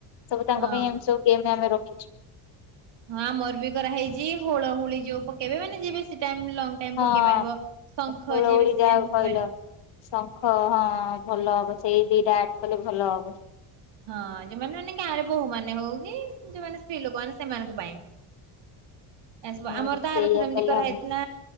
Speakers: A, on the left (about 60°); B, on the right (about 55°).
A: ସବୁ ତାଙ୍କ
B: ହଁ
A: ପାଇଁ ସବୁ ଗେମ୍ ଆମେ ରଖିଛୁ।
B: ହଁ ଆମର ବି କରାହେଇଛି ହୁଳହୁଳି ଯୋଉ ପକେଇବେ ମାନେ ଯିଏ ବେଶୀ ଟାଇମ୍ ଲଙ୍ଗ ଟାଇମ୍
A: ହଁ
B: ପକେଇପାରିବ ଶଙ୍ଖ
A: ହୁଳହୁଳି
B: ଯିଏ ବେଶୀ
A: ଯାହା
B: ଟାଇମ୍ ଫୁଙ୍କି
A: କହିଲ।
B: ପାରିବ
A: ଶଙ୍ଖ ହଁ ଭଲ ହବ ସେଇଦିଟା ଆର୍ଡକଲେ ଭଲ ହବ।
B: ହଁ ଯୋଉଁମାନେ ମାନେ ଗାଁରେ ବୋହୂ ମାନେ ହଉ କିଂ ଯୋଉଁମାନେ ସ୍ତ୍ରୀଲୋକମାନେ ସେମାନଙ୍କ ପାଇଁ
A: ହୁଁ
B: ଏସବୁ ଆମର ତ
A: ସେଇଆ
B: ଆରଥର ଏମିତି
A: କଲେ
B: କରା
A: ହବ।
B: ହେଇଥିଲା।